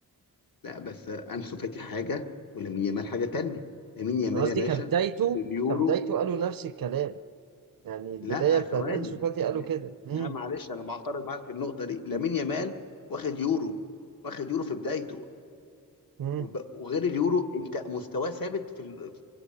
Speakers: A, on the left; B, on the right.
A: لا بس أنسو فاتي حاجة ولامين يامال حاجة تانية لامين يامال
B: انا قصدي
A: يا باشا
B: كبدايته
A: في اليورو
B: كبدايته قالوا نفس الكلام يعني البداية
A: لا
B: بتاعت
A: ثواني
B: انشو فاتي قالوا
A: لا
B: كده امم
A: لا، معلش انا بعترض معاك في النقطه دي لامين يامال واخد يورو واخد يورو في بدايته
B: امم
A: وب- وغير اليورو انت مستواه ثابت في ال-